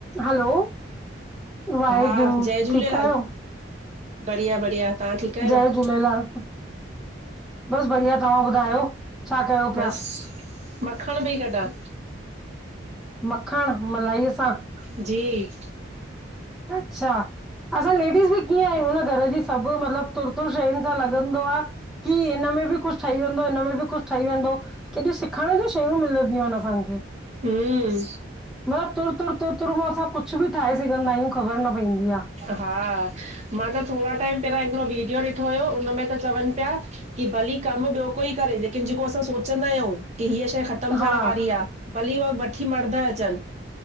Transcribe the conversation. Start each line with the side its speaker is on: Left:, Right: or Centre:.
Centre: हैलो! वाहेगुरु
Right: हा, जय झूलेलाल,
Centre: ठीकु आहियो?
Right: बढ़िया बढ़िया, तंहां ठीकु आहियो?
Centre: जय झूलेलाल, बस बढ़िया तहां ॿुधायो? छा कयो
Right: बस
Centre: पिया?
Right: मक्खण पई कढां।
Centre: मखण मलाईअ सां।
Right: जी।
Centre: अच्छा, असां लेडीस बि कीअं आहियूं न, घर जी सभु मतिलबु तुर तुर शयुनि मां लॻंदो आ कि हिन में बि कुछ ठही वेंदो, हिन में बि कुछ ठही वेंदो। केॾियूं सिखण जी शयूं मिलंदयूंआहिन असांखे।
Right: हम्म
Centre: ब तुर तुर तुर तुर मां असां कुछु बि ठाहे सघंदा आहियूं। ख़बर न पंइंदी आ।
Right: हा, मां त थोङा टाइम पहिरांयो हिकिड़ो वीडियो ॾिठो हुयो, हुन में त चवनि पिया कि भली कम ॿियो कोई करे लेकिन जेको असां सोचंदा आहियूं कि हीअ शै ख़तम थियण
Centre: हा,
Right: वारी आ, भली उहे वठी मर्द अचन